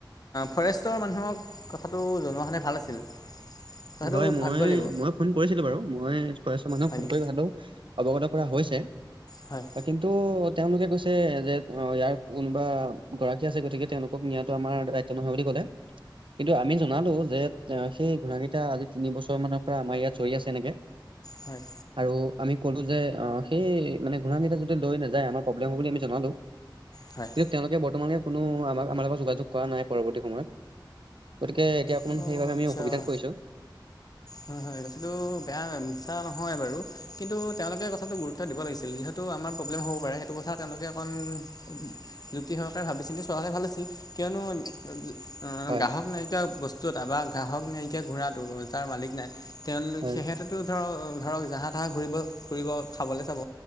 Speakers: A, on the left (about 50°); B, on the right (about 85°).
A: ফৰেষ্টৰ মানুহক কথাটো জনোৱা হলে ভাল আছিল কথাটো
B: হয় মই
A: ভাবিব লাগিব
B: মই ফোন কৰিছিলো বাৰু মই ছয়শ মানুহ
A: হয়নি
B: ফোন কৰি ভালো অৱগত কৰা হৈছে
A: হয়
B: কিন্তু তেওঁলোকে কৈছে যে অ ইয়াৰ কোনোবা গৰাকী আছে গতিকে তেওঁলোকক নিয়াো আমাৰ দায়িত্ব নহয় বুলি ক'লে কিন্তু আমি জনালো যে সেই ঘোণ কেইটা আজি তিন বছৰ মানৰ পৰা আমাৰ ইয়াত চৰি আছে এনেকে।
A: হয়
B: আৰু আমি কলো যে অ সেই মানে ঘূনা কেইটা যদি লৈ নাযায় আমাৰ প্ৰব্লেম হব বুলি আমি জনালো।
A: হয়
B: কিন্তু তেওঁলোকে বৰ্তমানে কোনো আমাক আমাৰ লগত যোগাযোগ কৰা নাই পৰৱৰ্তী সময়ত। গতিকে এতিয়া অকমাণ
A: অঁ
B: সেইবাবে
A: আচ্ছা
B: আমি অসুবিধাত পৰিছো।
A: হয় হয় কথাটো বেয়া মিছা নহয় বাৰু, কিন্তু তেওঁলোকে কথাটো গুৰুত্ব দিব লাগিছিল। যিহেতু আমাৰ প্ৰব্লেম হ'ব পাৰে, সেইটো কথা তেওঁলোকে অকণ যুক্তি সহকাৰে ভাবিছিন্তি চৱা হয় ভাল আছিল। কিয় নো অ
B: হয়
A: গ্ৰাহক নাইকিয়া বস্তু এটা বা গ্ৰাহক নাইকিয়া ঘোৰাতটো যাৰ মালিক নাই তেওঁোক
B: হয়
A: সিহঁতো ধৰ ধৰক জাহাঁ তাহাঁ ঘুৰিব ফুৰিব খাবলে চাব